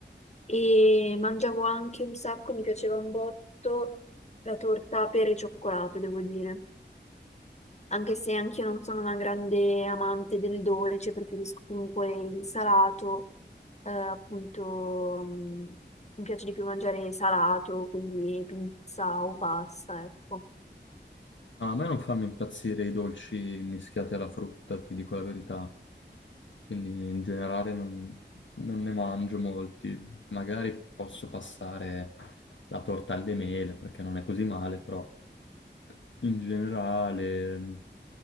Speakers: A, on the left; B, on the left.
A: e mangiavo anche un sacco, mi piaceva un botto la torta pere e cioccolato, devo dire. anche se anch'io non sono una grande amante del dolce, preferisco comunque il salato, eh, appunto, mh, mi piace di più mangiare salato, quindi pizza o pasta, ecco.
B: A me non fanno impazzire i dolci mischiati alla frutta, ti dico la verità. Quindi in generale non, non ne mangio molti. Magari posso passare la torta alle mele perché non è così male, però in generale,